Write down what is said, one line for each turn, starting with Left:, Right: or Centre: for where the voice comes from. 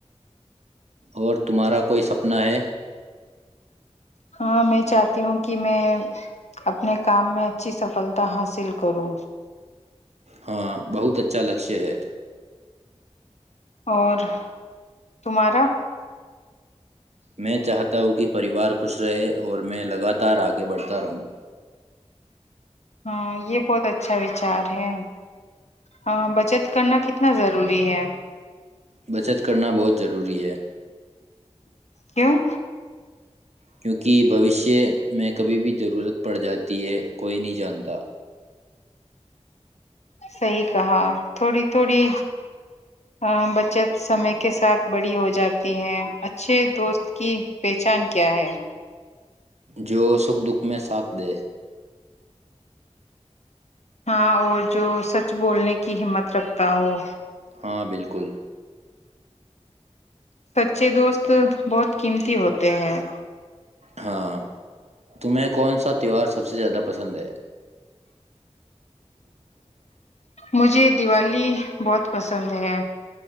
Right: اور تمہارا کوئی سپنا ہے
Left: ہاں میں چاہتی ہوں کہ میں اپنے کام میں اچھی سفلتا حاصل کروں
Right: ہاں بہت اچھا لکشیہ ہے
Left: اور تمہارا
Right: میں چاہتا ہوں کہ پریوار خوش رہے اور میں لگاتار آگے بڑھتا رہوں
Left: ہاں یہ بہت اچھا وچار ہے ہ بچت کرنا کتنا ضروری ہے
Right: بچت کرنا بہت ضروری ہے
Left: کیوں
Right: کیونکہ بھوشیہ میں کبھی بھی ضرورت پڑ جاتی ہے کوئی نہیں جانتا
Left: صحیح کہا تھوڑی تھوڑی ا بچت سمے کے ساتھ بڑی ہو جاتی ہے اچھے دوست کی پہچان کیا ہے
Right: جو سکھ دکھ میں ساتھ دے
Left: ہاں اور جو سچ بولنے کی ہمت رکھتا ہو
Right: ہاں بالکل
Left: سچے دوست بہت قیمتی ہوتے ہیں
Right: ہاں تمہیں کون سا تہوار سب سے زیادہ پسند ہے
Left: مجھے دیوالی بہت پسند ہے